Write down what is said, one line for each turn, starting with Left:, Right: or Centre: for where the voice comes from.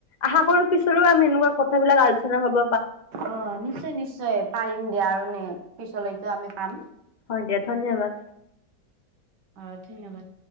Left: আশা কৰো পিছতও আমি এনেকুৱা ক বিলাক আলোচনা হব
Right: অ নিশ্চয় নিশ্চয় পাৰিম দিয়া আৰু নে পিছলৈকে আমি পাম
Left: হয় দিয়া ধন্যবাদ
Right: অ ধন্যবাদ।